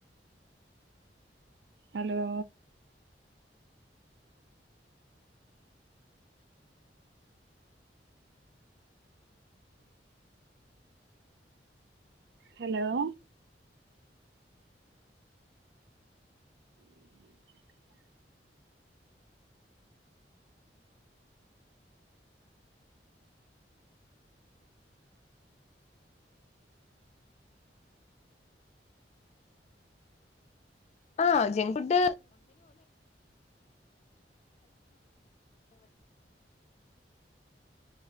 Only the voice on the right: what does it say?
ഹലോ ഹലോ ഉ